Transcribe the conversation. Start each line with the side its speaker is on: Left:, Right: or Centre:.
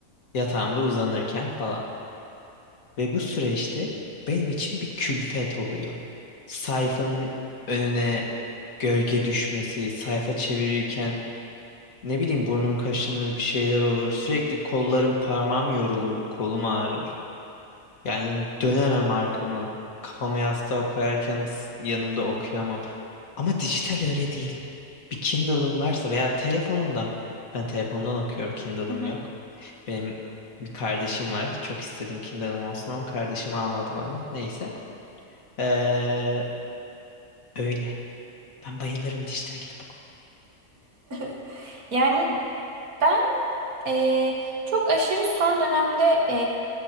Left: Yatağımda uzanırken falan. Ve bu süreçte benim için bir külfet oluyor. Sayfanın önüne gölge düşmesi, sayfa çevirirken Ne bileyim burnum kaşınır bir şeyler olur. Sürekli kollarım parmağım yorulur. Kolum ağrır. Yani dönemem arkamı. Kafamı yastığa koyarken s- yanımda okuyamam. Ama dijital öyle değil. Bir Kindle'ın varsa veya telefonundan. Ben telefondan okuyorum. Kindle'ım
Right: Hı hı.
Left: yok. Benim bir kardeşim var. Çok istedim Kindle'ım olsun ama kardeşim almadı bana. Neyse. Ee, öyle. Ben bayılırım dijital kitap okumaya.
Right: <laughs> Yani ben e, çok aşırı son dönemde